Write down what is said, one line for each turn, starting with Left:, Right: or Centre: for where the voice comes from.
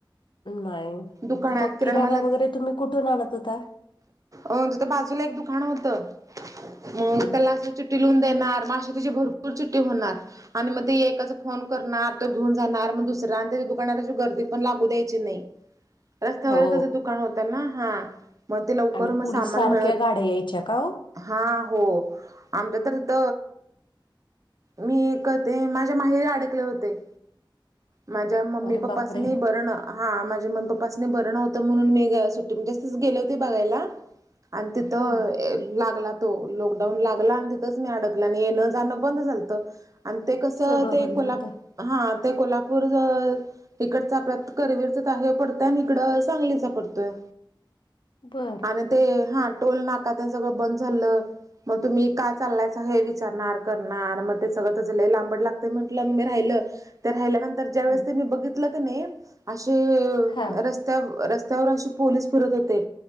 Left: नाही
Right: दुकानात
Left: त मग किराणा
Right: मालात
Left: वगैरे तुम्ही कुठून आणत होता
Right: अ तिथ बाजूला एक दुकान होत मग
Left: हम्म
Right: त्याला अस च च्टी लिून देणार मग अशी तिची भरपूर चिट्टी होणार आणि मग ते एकाचा फोन करणार तो घेऊन जाणार मग दुसरा आणि त्याच्या दुकानात अशी गर्दी पण लागू द्यायची रस्त्यावर
Left: हो
Right: त्याच दुकान होत ना हा मग ते लवकर
Left: आणि
Right: मग
Left: पोलीस
Right: सामान
Left: सारख्या
Right: मिळत
Left: गाड्या यायच्या का हो?
Right: हा हो आमच्या तर इथ मी क ते माझ्या माहिरी अडकले होते माझ्या मम्मी
Left: अरे
Right: पप्पाास
Left: बापरे
Right: नी बर ना हा माझ्या मनप्पाासने बरंव्हतं म्हणून मी सुट्टी म्हजे तच गेले होते बघायला आणि तिथं
Left: हम्म
Right: लागला तो लॉकडाऊन लागला आणि तिथंच मी अडकला आणि येणं जाणं बंद झालत आणि ते कसं
Left: सगळं
Right: ते
Left: बंद
Right: कोल्हापू
Left: होतं
Right: हा ते कोल्हापूर इकडच आपल्या करवीरच त हे पडतय आणि इकडं सांगलीच पडतोय
Left: बर
Right: आणि ते हा टोल नाका त्यां सगळं बंद झालं मग तुम्ही काय चाललायचं हे विचारणार करणार मग ते सगळं त लांबड लागत म्हटलं मी राहिलं त्या राहिल्यानंतर ज्या वेळेस
Left: हम्म
Right: ते मी बघितलं क नाही अशे
Left: हा
Right: रस्ते रस्त्यावर अशी पोलीस फिरत होते